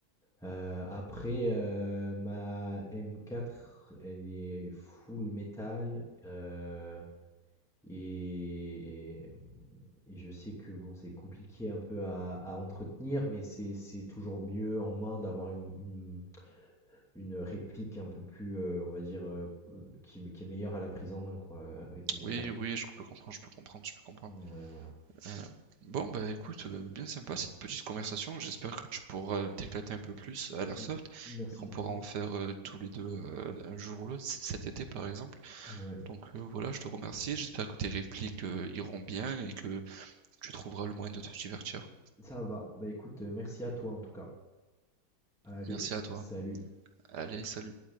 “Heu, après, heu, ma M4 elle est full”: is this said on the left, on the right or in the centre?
Centre